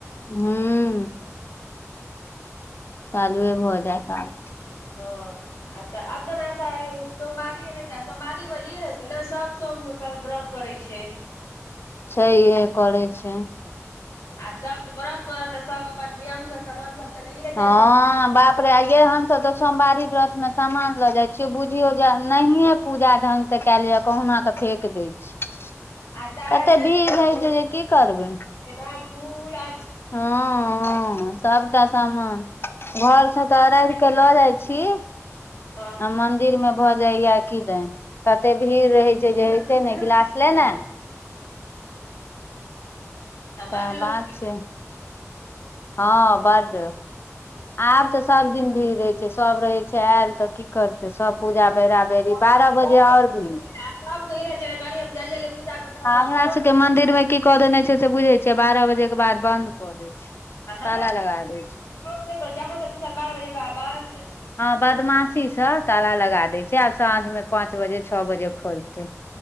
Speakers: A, on the left (about 45°); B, on the left (about 65°).
A: हुँ चालुए भऽ जैत आब
B: हँ आ तऽ आब तऽ ओना सय - सोमवारी रहितै सोमवारी मऽ इ रहै छै नऽ सब सोम कऽ व्रत करै छैय
A: छै इहे करै छैय
B: आ सब व्रत करत तऽ सब अपन नियम सँ समान सब तऽ लैये जाइ
A: हँ
B: छै ने।
A: बाप <unintelligible> ये हम सब तऽ सोमवारी व्रत मे सामान लऽ जाय छियै बुझियो जे नहिये पूजा ढंग सँ केल होय यऽ कहुना कऽ फेेक दै छी
B: आ ताहि
A: अते भीड़ रहै छै जे की करबै
B: एना फुल आ
A: हँ हँ सबटा समान घर से तऽ अरैध कऽ लऽ जाय छी
B: हाँ,
A: आ मंदिर मे भऽ जाइ यऽ किदेैन तते भीड़ रहै छै
B: केना
A: जे होइते नय गिलास लेने
B: जाय छै? आ
A: सैह
B: बड लोक
A: बात
B: लै
A: छै हँ बाड आब तऽ सब दिन भीड़ रहेै छै सब रहेै छै एल तऽ की करतेै सब पूजा बेरा
B: <unintelligible>
A: बेरी
B: आ
A: बारह
B: सब
A: बजे
B: कऽ
A: और
B: इ
A: भीड़
B: रहै छै नऽ कनि हम जल्दी - जल्दी पूजा कऽ के
A: आ हमरा
B: घरो
A: सबके
B: जेबै।
A: मंदिर मे की कऽ देने छै से बुझै छियै बारह बजे कऽ बाद बंन्द कऽ दैय छै
B: आ हमरा
A: ताला
B: <unintelligible>
A: लगा दै छै
B: अहाँ सब दिशा बारह बजे कऽ बाद बंन्द
A: हँ बदमाशी सँ ताला लगा दैय छै आब साँझ मे पाँच बजे छ बजे खोलतै